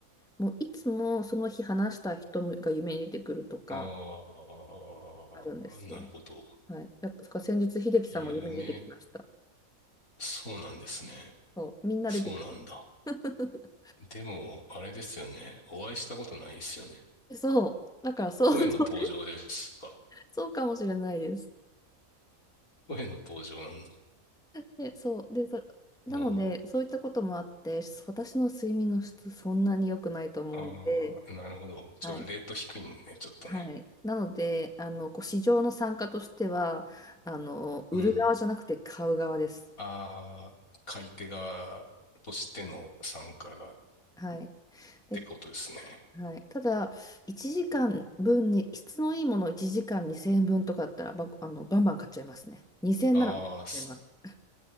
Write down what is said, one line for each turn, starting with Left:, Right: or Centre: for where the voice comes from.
Centre: もういつもその日話した人が夢に出てくるとか
Left: ああ、
Centre: あるんですよ。
Left: なるほど。
Centre: はい。だから先日、秀樹さんも夢に出てきました。
Left: 夢、そうなんですね。
Centre: そう、みんな出てくる。
Left: そうなんだ。
Centre: <laughs>
Left: でも、あれですよね。お会いしたことないですよね。
Centre: そう、だからそう、
Left: 声の登場ですか。
Centre: <laughs> そうそうかもしれないです。
Left: 声の登場なんだ。
Centre: で、そう、で、そ、なので、
Left: うん。
Centre: そういったこともあって、私の睡眠の質、そんなに良くないと思うんで、
Left: ああ、なるほど。ちょ、
Centre: はい、
Left: レート低いね、ちょっとね。
Centre: はい。なので、あの、こう市場の参加としては、あの、
Left: うん。
Centre: 売る側じゃなくて買う側です。
Left: ああ、買い手側としての参加がっ
Centre: はい。で、
Left: てことですね。
Centre: はい、ただ、1時間分に、質のいいものを1時間2000円分とかだったら、ば、あの、バンバン買っちゃいますね。2000円なら買っちゃいます。
Left: あーす